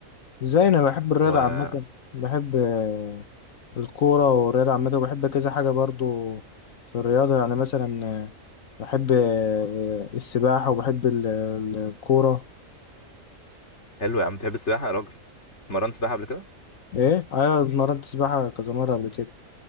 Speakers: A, on the left; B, on the left.
A: زي انا بحب الرياضة
B: وحلو
A: عامة بحب آه، الكورة والرياضة عامة وبحب كذا حاجة برضو في الرياضة يعني مثلا آه، بحب آه، السباحة وبحب ال- ال- الكورة
B: يا عم بتحب السباحه يا راجل مرنت سباحه قبل كده
A: ايه ايوه اتمرنت سباحة كذا مرة قبل كده